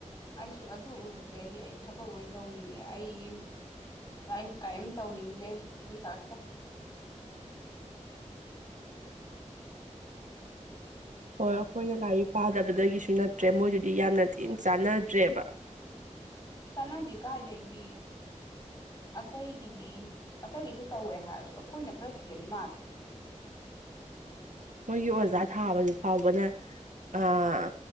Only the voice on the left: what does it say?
ꯑꯩꯁꯨ ꯑꯗꯨ ꯎꯔꯨꯕꯗꯒꯤ ꯑꯩ ꯊꯕꯛ ꯑꯣꯏꯟ ꯇꯧꯅꯤꯡꯉꯦ ꯑꯩ ꯑꯩ ꯀꯩꯝ ꯇꯧꯅꯤꯡꯗꯦ ꯔꯤꯁꯥ꯭ꯔꯁꯀ
ꯆꯥꯟꯅꯥꯗ‌ꯦ ꯀꯥꯏꯗꯒꯤ ꯑꯇꯩꯒꯤꯗꯤ ꯑꯇꯩꯒꯤꯁꯨ ꯇꯧꯋꯦ ꯍꯥꯏꯔꯁꯨ ꯑꯩꯈꯣꯏꯅ ꯈꯔ ꯍꯦꯟ ꯃꯥꯟꯂꯦ